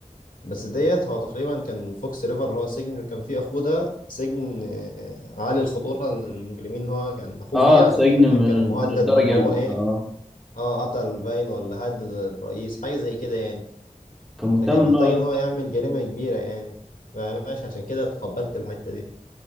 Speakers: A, on the left; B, in the centre.
A: بس ديت هو تقريبا كان فوكس ريفر اللي هو السجن اللي كان فيه اخوه ده سجن آه، عالي الخطوره للمجرمين ان هو كان اخوه
B: اه
A: فيه عشان
B: سجن
A: تقريبا
B: من
A: كان مهدد
B: من الدرجة
A: ان هو
B: الأولى
A: ايه
B: اه
A: اه قتل باين ولا هدد الرئيس حاجه زي كده يعني
B: كان مهتم
A: فكان
B: ان
A: محتاج
B: هو
A: ان هو يعمل جريمه كبيره يعني فماشي عشان كده تقبلت الحته دي